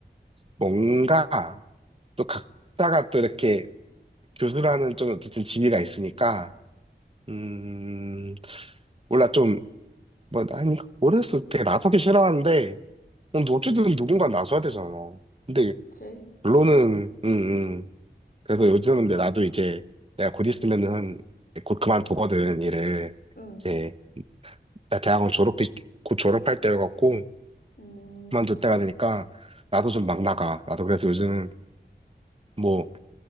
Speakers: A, on the right; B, on the left.
A: 뭔가 또 각자가 또 이렇게 교수라는 좀 어쨌든 지위가 있으니까 음 몰라 좀뭐 아니 모르겠어 되게 나서기 싫어하는데 어, 근데 어쨌든 누군가 나서야 되잖아. 근데
B: 그치?
A: 결론은 음, 음. 그래서 요즘 근데 나도 이제 내가 곧 있으면은 한- 곧 그만두거든 일을
B: 응,
A: 이제 나 대학원 졸업이 곧 졸업할 때여갖고
B: 음,
A: 그만둘 때가 되니까 나도 좀 막 나가 나도 그래서 요즘 뭐